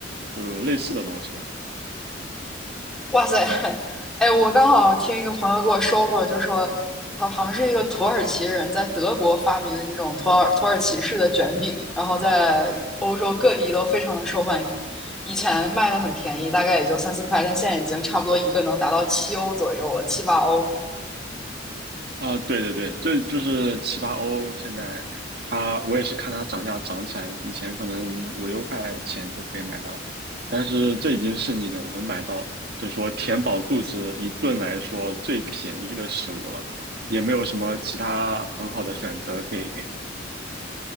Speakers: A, on the right; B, in the centre.
A: 就类似的东西吧。
B: 哇塞，哎，我刚好听一个朋友跟我说过，就说好好像是一个土耳其人在德国发明的这种土耳土耳其式的卷饼，然后在欧洲各地都非常的受欢迎。以前卖的很便宜，大概也就三四块，但现在已经差不多一个能达到七欧左右了，七八欧。
A: 啊、对对对，这就是七八欧。现在它，我也是看它涨价涨起来的。以前可能五六块钱就可以买到，但是这已经是你能买到，就是说填饱肚子一顿来说最便宜的食物了，也没有什么其他很好的选择可以给你。